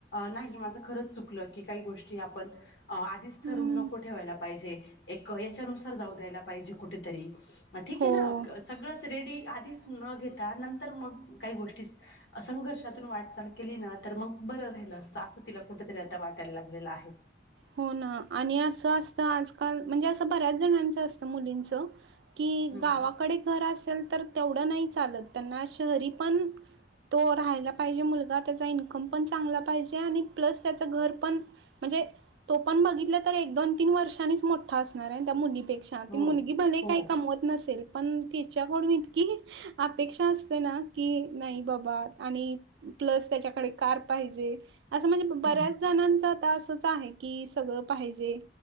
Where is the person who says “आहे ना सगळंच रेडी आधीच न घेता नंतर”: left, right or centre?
Left